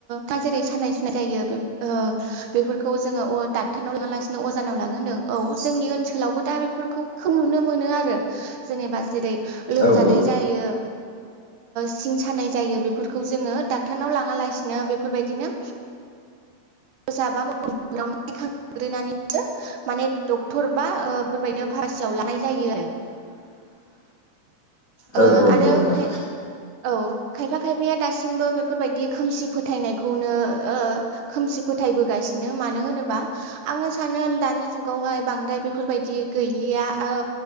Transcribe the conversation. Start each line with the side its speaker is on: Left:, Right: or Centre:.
Right: दा जेरै सानाय सुनाय जायो बेफोरखौ जोङो अ द फटानाव‌ थाङालासिनो अजानाव लां होनदों औ जोंनि ओनसोलावबो दा बेफोरखौ खोब नुनो मोनो आरो जेनेबा जेरै लोमजानाय
Left: औ औ
Right: जायो सिं सानाय जायो बेफोरखौ जोङो डाक्टारनाव लाङालासिनो बेफोरबायदिनो जाबा माव नायखांग्रोनानै माने डक्टर बा फोरबायनो फारमासियाव लानाय जायो आरो
Left: <inaudible> औ
Right: ओ
Left: औ
Right: आरो
Left: नंगौ नोंथां
Right: खाय औ खायफा खायफाया दासिमबो बेफोरबायदि खोमसि फोथायनायखौनो ओ खोमसि फोथायबोगासिनो मानो होनोबा आंङो सानो दानि जुगावहाय बांद्राय बेफोरबायदि गैलिया ओ